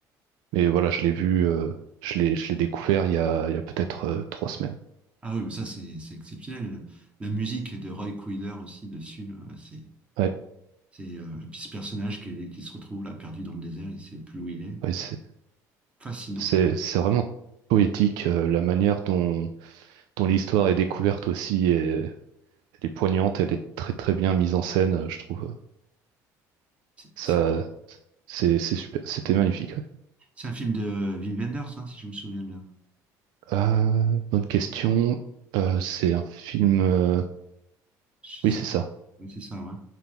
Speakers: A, on the right; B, on the right.
A: mais voilà, je l'ai vu, euh, je l'ai je l'ai découvert il y a il y a peut-être euh, trois semaines.
B: ah oui, mais ça c'est c'est exceptionnel. La musique de Roy Cuiller aussi dessus, là, c'est
A: Ouais,
B: c'est euh, et puis ce personnage qui, qui se retrouve là perdu dans le désert, il sait plus où il est.
A: Ouais,
B: C'est
A: c'est-
B: fascinant.
A: C'est, c'est vraiment poétique, euh, la manière dont, dont l'histoire est découverte aussi, et, elle est poignante, elle est très très bien mise en scène, euh, je trouve. euh,
B: C'est
A: Ça,
B: c'est
A: c'est, c'est super, c'était magnifique. ouais.
B: C'est un film de Wim Wenders, hein, si je me souviens bien.
A: Euh, bonne question. Euh, c'est un film. euh,
B: Je- si-
A: Oui, c'est ça.
B: oui, C'est ça, ouais.